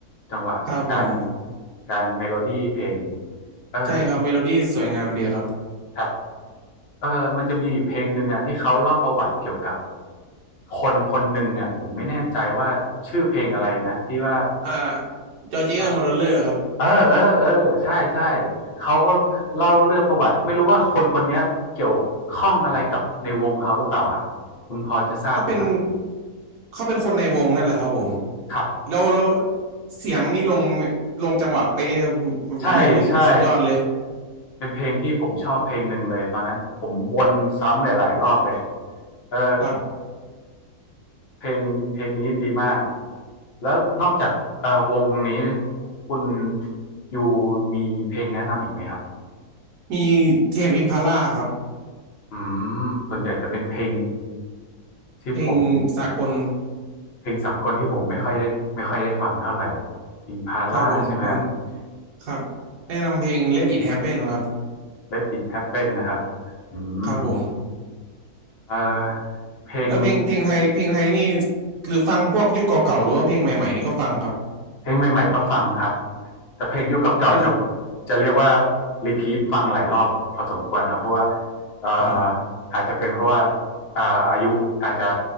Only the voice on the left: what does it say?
จังหวะการ
การเมโลดี้เพลงเออ
ครับ เออมันจะมีอยู่เพลงหนึ่งอ่ะที่เขาเล่าประวัติเกี่ยวกับคนคนหนึ่งอ่ะผมไม่แน่ใจว่าชื่อเพลงอะไรนะที่ว่า
เออเออเออเออใช่ใช่เขาก็เล่าเรื่องประวัติไม่รู้ว่าคนคนเนี้ยเกี่ยวข้องอะไรกับในวงเขาหรือเปล่าครับคุณพอจะทราบไหมครับ
ครับ
ใช่ใช่เป็นเพลงที่ผมชอบเพลงหนึ่งเลยตอนนั้นผมวนซ้ำหลายๆรอบเลยเออ
เพลงเพลงนี้ดีมาก แล้วนอกจากเอ่อวงนี้คุณอยูมีเพลงแนะนำอีกไหมครับ
อืมส่วนใหญ่จะเป็นเพลงที่ผม
เพลงสากลที่ผมไม่ค่อยได้ไม่ค่อยได้ฟังเท่าไหร่ Impala
ใช่ไหมครับ
Let It Happen นะครับอืม
เอ่อเพลง
เพลงใหม่ๆก็ฟังครับ แต่เพลงยุคเก่าๆจะ
จะเรียกว่ารีพีทฟังหลายรอบพอสมควรครับเพราะว่าเอ่อ
อาจจะเป็นเพราะว่าอ่าอายุอาจจะ